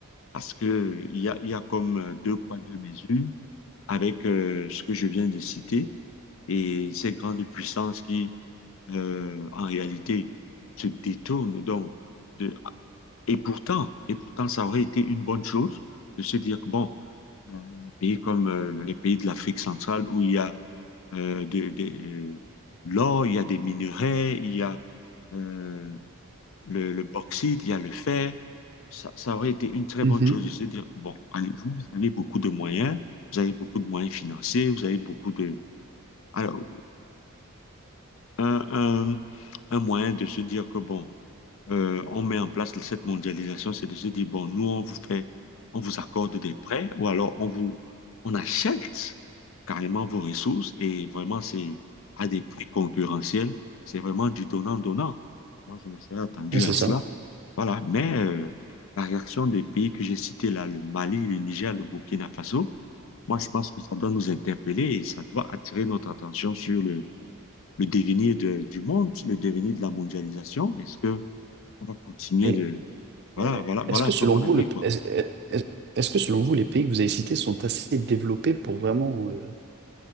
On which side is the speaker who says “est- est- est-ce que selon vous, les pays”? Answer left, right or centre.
Right